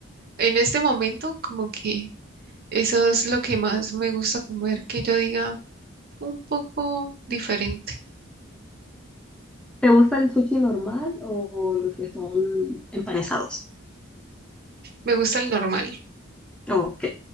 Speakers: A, on the right (about 50°); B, in the centre.
A: En este momento, como que eso es lo que más me gusta comer, que yo diga un poco diferente.
B: ¿Te gusta el sushi normal o los que son empanizados?
A: Me gusta el normal.
B: Ok.